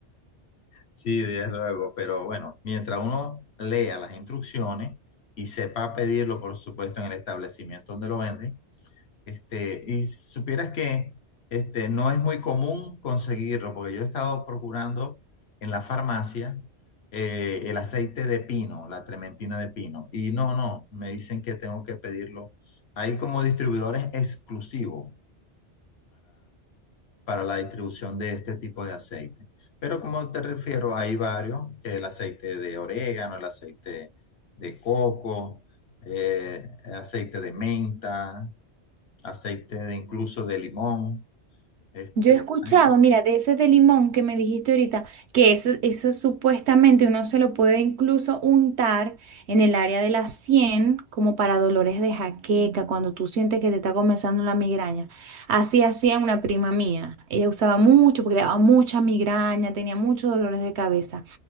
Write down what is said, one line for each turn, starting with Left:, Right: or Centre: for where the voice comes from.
Left: Sí, desde luego, pero bueno, mientras uno lea las instrucciones y sepa pedirlo, por supuesto, en el establecimiento donde lo venden, este, y supieras que este, no es muy común conseguirlo, porque yo he estado procurando en la farmacia eh, el aceite de pino, la trementina de pino, y no, no, me dicen que tengo que pedirlo. Hay como distribuidores exclusivos para la distribución de este tipo de aceite. Pero como te refiero, hay varios, eh, el aceite de orégano, el aceite de coco, eh, aceite de menta, aceite de incluso de limón. Este,
Right: Yo he escuchado,
Left: hay,
Right: mira, de ese de limón que me dijiste ahorita, que eso, eso supuestamente uno se lo puede incluso untar en el área de la sien, como para dolores de jaqueca, cuando tú sientes que te está comenzando la migraña. Así hacía una prima mía. Ella usaba mucho porque le daba mucha migraña, tenía muchos dolores de cabeza.